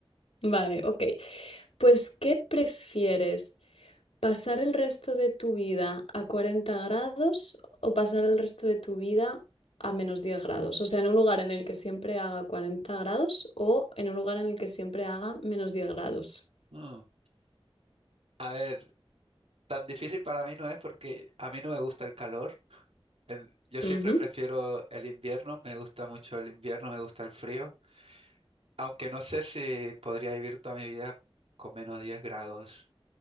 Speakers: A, on the left (about 80°); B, on the right (about 80°).
A: Vale, ok. Pues, ¿qué prefieres? ¿Pasar el resto de tu vida a 40 grados o pasar el resto de tu vida a menos 10 grados? O sea, en un lugar en el que siempre haga 40 grados o en un lugar en el que siempre haga menos diez grados.
B: Mm. A ver, tan difícil para mí no es porque a mí no me gusta el calor. El- yo siempre
A: Ujú,
B: prefiero el invierno, me gusta mucho el invierno, me gusta el frío, aunque no sé si podría vivir toda mi vida con menos 10 grados.